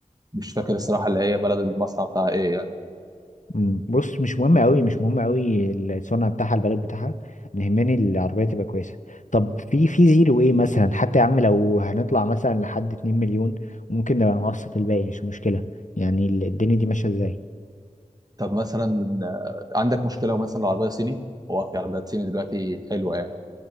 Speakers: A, on the right; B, on the left.
A: مش فاكر الصراحه اللي هي بلد المصنع بتاعها ايه يعني
B: مم. بص مش مهم قوي مش مهم قوي الصنع بتاعها البلد بتاعها اللي يهمني العربيه تبقى كويسه طب في في زيرو ايه مثلا حتى يا عم لو هنطلع مثلا لحد 2 مليون ممكن نبقى نقسط الباقي مش مشكله يعني ال- الدنيا دي ماشيه ازاي
A: طب مثلا آه، عندك مشكله لو مثلا العربيه صيني هو في عربيات صيني دلوقتي حلوه يعني